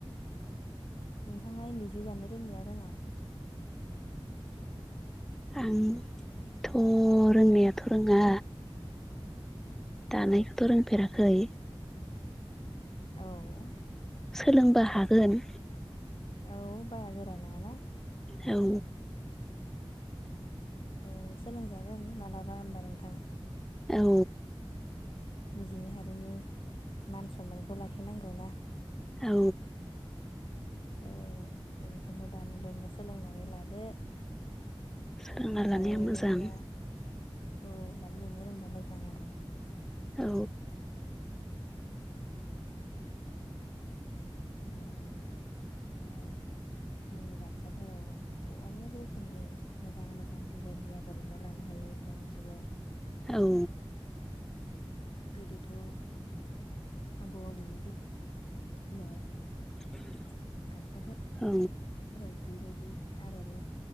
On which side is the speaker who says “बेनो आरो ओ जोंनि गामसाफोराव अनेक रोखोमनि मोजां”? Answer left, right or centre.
Left